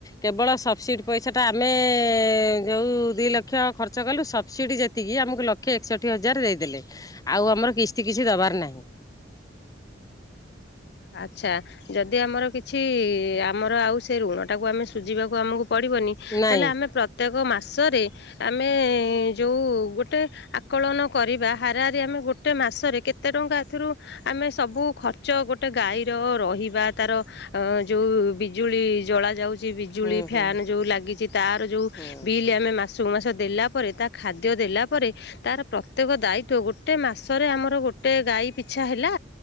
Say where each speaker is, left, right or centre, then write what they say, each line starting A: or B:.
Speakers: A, on the left (about 20°); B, on the left (about 60°).
A: କେବଳ ସବସିଡ଼ି ପଇସାଟା ଆମେ ଏ ଯୋଉ ଦି ଲକ୍ଷ ଖର୍ଚ୍ଚ କଲୁ ସବସିଡ଼ି ଯେତିକି ଆମକୁ ଲକ୍ଷ ଏକଷଠି ହଜାର ଦେଇଦେଲେ, ଆଉ ଆମର କିସ୍ତି କିଛି ଦେବାର ନାହିଁ।
B: ଆଚ୍ଛା ଯଦି ଆମର କିଛି ଆମର ଆଉ ସେ ଋଣ ଟାକୁ ଆମେ ସୁଝିବାକୁ ଆମକୁ ପଡ଼ିବନି
A: ନାଇଁ
B: ତାହେଲେ ଆମେ ପ୍ରତ୍ୟେକ ମା ମାସରେ ଆମେ ଯେଉଁ ଗୋଟେ ଆକଳନ କରିବା ହାରା ହାରି ରେ ଆମେ ଗୋଟେ ମାସରେ କେତେ ଟଙ୍କା ଏଥିରୁ ଆମେ ସବୁ ଖର୍ଚ ଗ ଗୋଟେ ଗାଈର ରହିବା ତାର ଅ ଯୋଉ ବିଜୁଳି ଜଳା ଯାଉଛି ବିଜୁଳି
A: ହୁଁ
B: ଫ୍ୟାନ
A: ହୁଁ
B: ଯୋଉ ଲାଗିଛି ତାର ଯୋଉ
A: ହୁଁ
B: ବିଲ୍ ଆମେ ମାସ ସବୁ ମାସ ଦେଲା ପରେ, ତା ଖାଦ୍ୟ ଦେଲା ପରେ, ତାର ପ୍ରତ୍ୟେକ ଦାୟିତ୍ଵ, ଗୋଟେ ମାସରେ, ଆମର ଗୋଟେ ଗାଈ ପିଛା ହେଲା